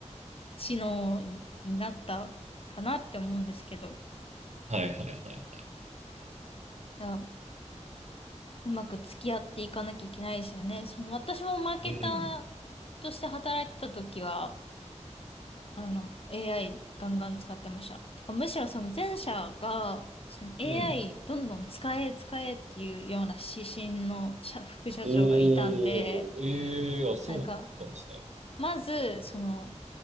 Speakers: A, on the left (about 50°); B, on the right (about 65°).
A: 知能に、になったかなって思うんですけど、
B: はいはいはいはい。
A: いや、うまく付き合っていかなきゃいけないですよね。その私もマーケター
B: うん。
A: として働いてた時は、あの、AI ガンガン使ってました。てか、むしろその前者が、その AI
B: うん。
A: どんどん使え使えっていうような指針の社副社長がいたんで、
B: おー、ええー、あ、そうなんですね。
A: なんか、まず、その、